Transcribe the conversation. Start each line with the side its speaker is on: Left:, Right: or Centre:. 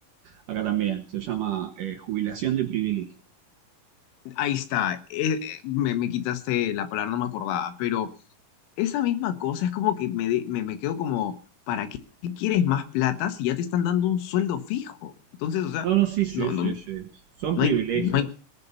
Right: Acá también. Se llama eh, jubilación de privilegio.
Left: Ahí está, eh, eh, me, me quitaste la palabra, no me acordaba, pero esa misma cosa es como que me, de- me, me quedo como, ¿para qué quieres más plata si ya te están dando un sueldo fijo? Entonces, o sea,
Right: No, no, sí, sí,
Left: no,
Right: sí,
Left: no,
Right: sí. Son
Left: no
Right: privilegios.
Left: hay, no hay,